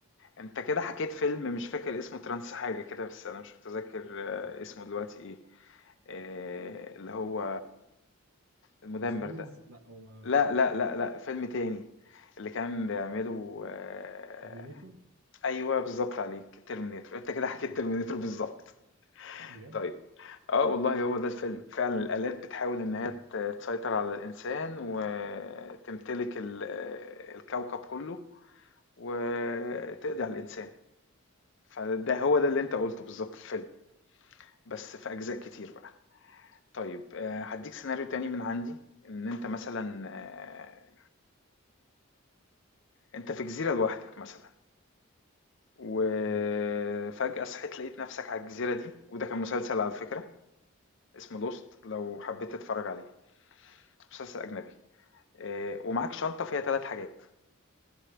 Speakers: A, on the left; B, on the right.
A: انت كده حكيت فيلم مش فاكر اسمه ترانس حاجة كده بس انا مش متذكر آه، اسمه دلوقتي ايه آه، اللي هو المدمر
B: ترانسفورمرز
A: ده
B: لا هو
A: لا لا لا لا فيلم تاني اللي كان بيعمله آه،
B: ترمينيتور
A: ايوه بالظبط عليك ترمينيتور انت كده حكيت
B: آه،
A: ترمينيتور بالظبط
B: بجد
A: طيب اه والله
B: هو
A: هو
B: قصة
A: ده الفيلم
B: ماشي
A: فعلا الآلات
B: كمل.
A: بتحاول إن
B: مم.
A: هي ت- تسيطر على الإنسان وتمتلك ال- الكوكب كله وتقضي على الإنسان فده هو ده اللي أنت قلته بالظبط الفيلم بس في أجزاء كتير بقى طيب آه، هديك سيناريو تاني من عندي إن أنت مثلا آه، أنت في جزيرة لوحدك مثلا وفجأة
B: مم.
A: صحيت لقيت نفسك على الجزيرة دي وده كان مسلسل على فكرة اسمه لوست لو حبيت تتفرج عليه مسلسل أجنبي آه، ومعاك شنطة فيها ثلاث حاجات